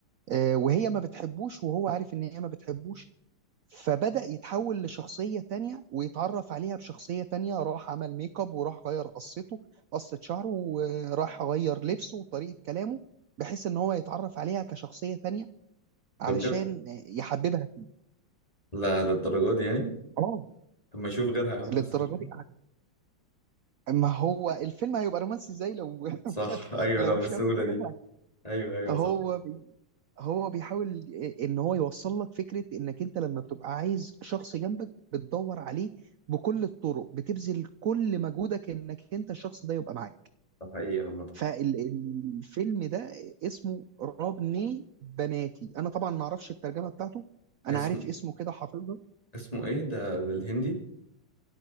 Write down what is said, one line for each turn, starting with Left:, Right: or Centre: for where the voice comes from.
Right: آه، وهي ما بتحبوش وهو عارف ان هي ما بتحبوش فبدأ يتحول لشخصية تانية ويتعرف عليها بشخصية تانية راح عمل ميك اب وراح غير قصته قصة شعره وراح غير لبسه وطريقة كلامه بحيث ان هو يتعرف عليها كشخصية تانية علشان
Left: طب بجد
Right: يحببها
Left: لا للدرجه دي يعني
Right: اه
Left: طب ما اشوف غيرها يا عم اسهل
Right: للدرجه دي ما هو الفيلم هيبقى رومانسي ازاي لو <laughs>
Left: صح ايوه
Right: لو
Left: لو
Right: شاف
Left: بالسهوله
Right: غيرها
Left: دي ايوه ايوه
Right: هو
Left: صح
Right: بي هو بيحاول ان هو يوصل لك فكره انك انت لما بتبقى عايز شخص جنبك بتدور عليه بكل الطرق بتبذل كل مجهودك انك انت الشخص ده يبقى معاك
Left: ده حقيقي عامه
Right: فالفيلم ده اسمه رابني بناتي انا طبعا ما اعرفش الترجمه بتاعته
Left: اسمه
Right: انا عارف اسمه كده حافظه
Left: اسمه ايه ده بالهندي